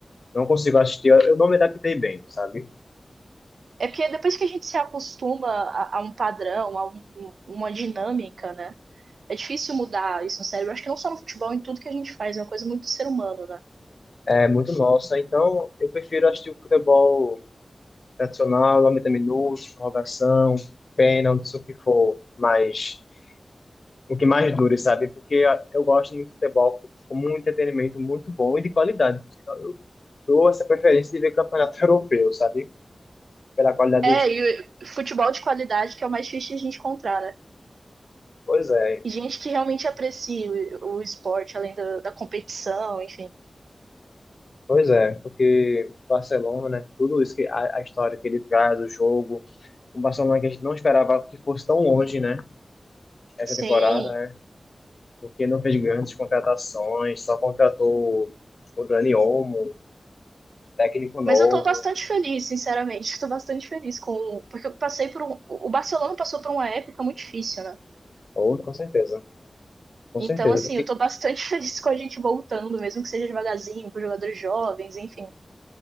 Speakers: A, on the left (about 60°); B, on the right (about 90°).
A: Não consigo assistir, eu eu não me adaptei bem, sabe?
B: É porque depois que a gente se acostuma a, a um padrão, a um- uma dinâmica, né? É difícil mudar isso no cérebro. Acho que não só no futebol, em tudo que a gente faz. É uma coisa muito do ser humano, né?
A: É muito nossa, então eu prefiro assistir o futebol tradicional, 90 minutos, prorrogação, pênalti, o que for, mas o que mais dure, sabe? Porque a- eu gosto muito de futebol como um entretenimento muito bom e de qualidade. Por isso que Eu dou essa preferência de ver campeonato <laughs> europeu, sabe? Pela qualidade
B: É,
A: do jogo.
B: e o futebol de qualidade que é o mais difícil de a gente encontrar, né?
A: Pois é,
B: E gente que realmente aprecia o, o esporte, além da, da competição, enfim.
A: pois é, porque Barcelona, né? Tudo isso que a, a história que ele traz, o jogo, o Barcelona que a gente não esperava que fosse tão longe, né? Essa
B: Sim.
A: temporada, né? Porque não fez grandes contratações, só contratou o Dani Olmo, técnico novo.
B: Mas eu tô bastante feliz, sinceramente. <laughs> Tô bastante feliz com. Porque eu passei por um. O Barcelona passou por uma época muito difícil, né?
A: Ou, com certeza, com
B: Então,
A: certeza,
B: assim, eu tô bastante <laughs> feliz com a gente voltando, mesmo que seja devagarzinho, com jogadores jovens, enfim.